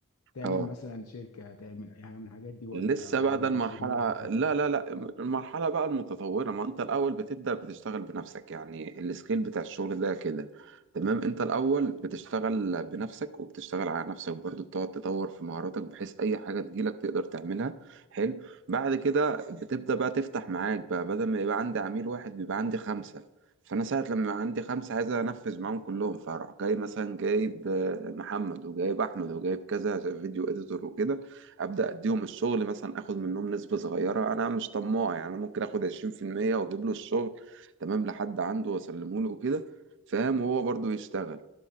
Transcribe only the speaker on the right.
اه
لسه
بقى ده المرحلة
لا
لا لا المرحلة بقى المتطورة ما انت الأول بتبدأ بتشتغل بنفسك يعني السكيل بتاع الشغل ده كده تمام انت الأول بتشتغل بنفسك وبتشتغل على نفسك برضو بتقعد تطور في مهاراتك بحيث أي حاجة تجيلك تقدر تعملها حلو بعد كده بتبدأ بقى تفتح معاك بقى بدل ما يبقى عندي عميل واحد بيبقى عندي خمسة فأنا ساعة لما يبقى عندي خمسة عايز أنفذ معاهم كلهم فأروح جاي مثلا جايب آه، محمد وجايب أحمد وجايب كذا فيديو إديتور وكده ابدا اديهم الشغل مثلا اخد منهم نسبه صغيره انا مش طماع يعني انا ممكن اخد 20% واجيب له الشغل تمام لحد عنده واسلمه له وكده فاهم وهو برضو يشتغل